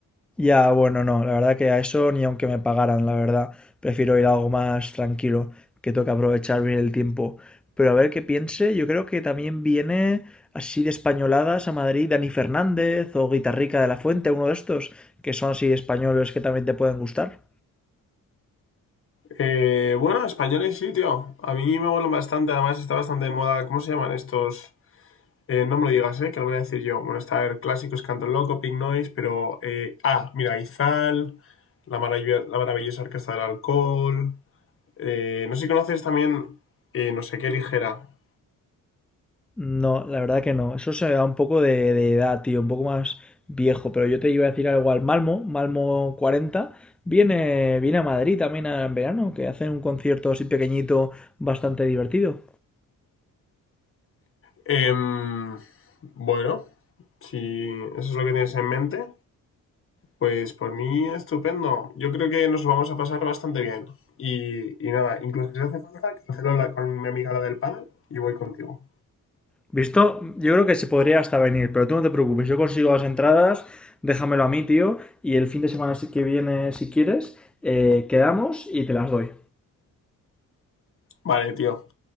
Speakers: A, in the centre; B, on the left (about 40°).
A: Ya, bueno, no. La verdad que a eso ni aunque me pagaran, la verdad. Prefiero ir a algo más tranquilo, que toca aprovechar bien el tiempo. Pero a ver qué piense. Yo creo que también viene así de españoladas a Madrid Dani Fernández o Guitarrica de la Fuente, uno de estos, que son así españoles que también te pueden gustar.
B: Eh, bueno, españoles sí, tío. A mí me molan bastante, además está bastante de moda. ¿Cómo se llaman estos? Eh, no me lo digas, eh, que lo voy a decir yo. Bueno, está a ver, clásicos, Canto Loco, Pink Noise, pero... eh, ah, mira, Izal, la, marav- la maravillosa Orquesta del Alcohol... eh, no sé si conoces también eh, No sé qué ligera.
A: No, la verdad que no. Eso se me da un poco de, de edad, tío, un poco más viejo. Pero yo te iba a decir algo al Malmo, Malmo cuarenta. Viene, viene a Madrid también en verano, que hacen un concierto así pequeñito, bastante divertido.
B: Em, bueno, si eso es lo que tienes en mente, pues por mí estupendo. Yo creo que nos vamos a pasar bastante bien. Y, y nada, incluso si hace falta, cancelo la, con mi amiga la del panel y voy contigo.
A: ¿Visto? Yo creo que se podría hasta venir, pero tú no te preocupes. Yo consigo las entradas, déjamelo a mí, tío. Y el fin de semana si que viene, si quieres, eh, quedamos y te las doy.
B: Vale, tío.